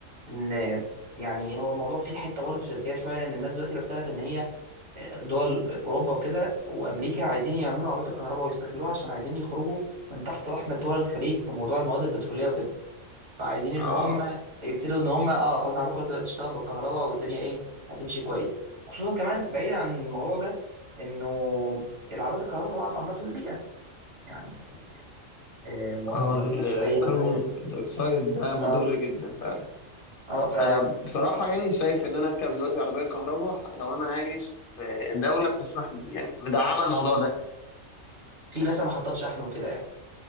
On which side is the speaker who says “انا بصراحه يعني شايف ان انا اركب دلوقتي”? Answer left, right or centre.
Left